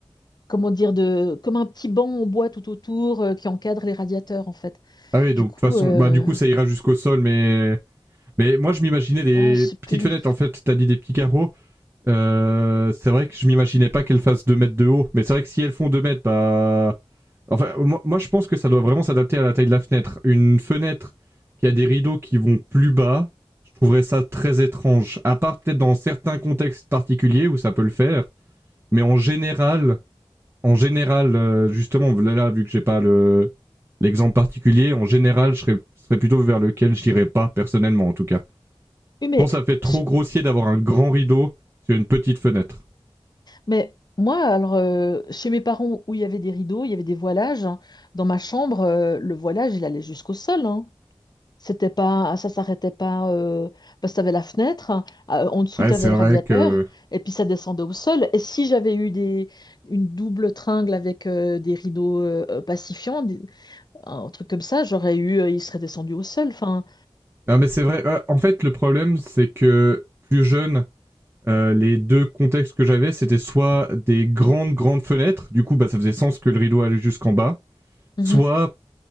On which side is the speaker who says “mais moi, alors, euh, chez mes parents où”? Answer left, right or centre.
Left